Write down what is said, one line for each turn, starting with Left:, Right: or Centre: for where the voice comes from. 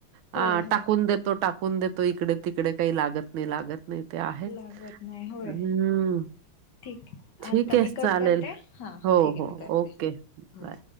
Right: ह
Left: होय होय
Right: टाकून देतो टाकून देतो इकडे तिकडे काही लागत नाही लागत नाही ते आहेच
Left: लागत नाही होय
Right: हम्म
Left: ठीक आहे
Right: ठीक
Left: आता
Right: आहे
Left: मी कट
Right: चालेल
Left: करते हां
Right: हो
Left: ठीक आहे
Right: हो
Left: मी करते
Right: ओके
Left: हं,
Right: बाय